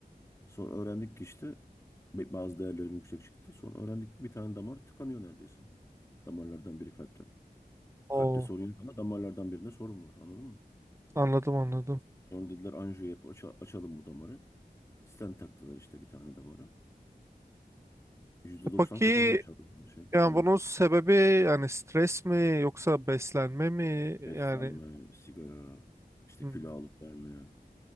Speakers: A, on the left; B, on the right.
A: Sonra öğrendik ki işte be- bazı değerlerim yüksek çıktı. Sonra öğrendik ki bir tane damar tıkanıyor neredeyse. Damarlardan biri kalpte.
B: Oo,
A: Kalpte sorun yok ama damarlardan birinde sorun var anladın mı?
B: anladım anladım.
A: Sonra dediler anjiyo yap aça- açalım bu damarı. Stent taktılar işte bir tane damara. yüzde
B: E
A: doksan
B: peki
A: kapalıymış abi yani şey
B: yani
A: damar.
B: bunun
A: Hmm.
B: sebebi yani stres mi yoksa beslenme mi?
A: Beslenme,
B: Yani
A: sigara, işte
B: hmm,
A: kilo alıp verme,